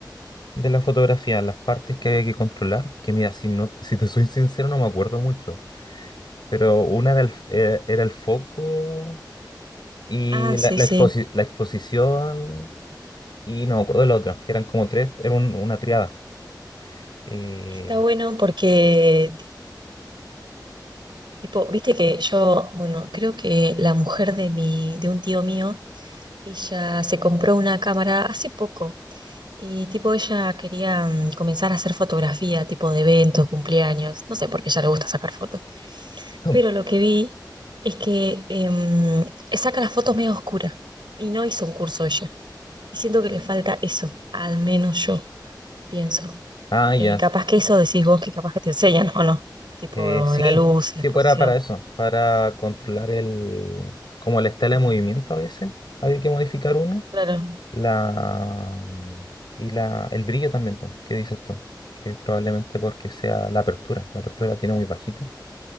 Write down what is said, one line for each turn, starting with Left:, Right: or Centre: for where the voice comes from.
Left: de la fotografía, las partes que había que controlar. Que mira, si, no, si te soy sincero, no me acuerdo mucho. Pero una era el, f- era era el foco Y
Right: Ah, sí,
Left: la, la,
Right: sí.
Left: exposi- la exposición, y no me acuerdo de la otra, que eran como tres, era un- una triada. Eh,
Right: Está bueno porque Tipo, viste que yo, bueno, creo que la mujer de mi, de un tío mío, ella se compró una cámara hace poco y tipo ella quería mm, comenzar a hacer fotografía, tipo de eventos, cumpleaños, no sé por qué a ella le gusta sacar fotos,
Left: <clears throat>
Right: pero lo que vi es que em, saca las fotos medio oscuras y no hizo un curso ella. Y siento que le falta eso, al menos yo pienso.
Left: ah, ya.
Right: Eh, capaz
Left: s-
Right: que eso decís vos que capaz que te enseñan o no, tipo
Left: eh, sí,
Right: la luz,
Left: sí,
Right: la exposición.
Left: pues era para eso, para controlar el, como la estela de movimiento a veces. Había que modificar uno.
Right: Claro.
Left: La, mm, y la, el brillo también, pues, ¿qué dices tú? Que probablemente porque sea la apertura. La apertura la tiene muy bajita.